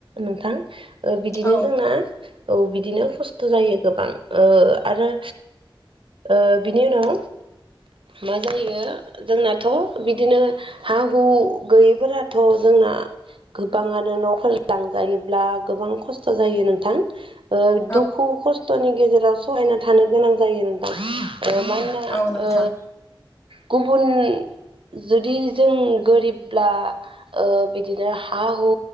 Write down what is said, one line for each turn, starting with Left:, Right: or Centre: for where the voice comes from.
Right: नोंथां ओ बिदिनो
Left: औ
Right: हो औ बिदिनो खस्थ' जायो गोबां ओ आरो ओ बिनि उनाव मा जायो जोंनाथ' बिदिनो हा हु गैयैफोराथ' जोंना गोबाङानो नफोर लांजायोब्ला गोबां खस थ' जायो नोंथां ओ
Left: औ
Right: दुखु खस फोरनि गेजेराव सहायना थानो गोनां जायो नोंथां ओ मानोना
Left: औ नोंथां
Right: ओ गुबुन जुदि जों गोरिबब्ला ओ बिदिनो हा हु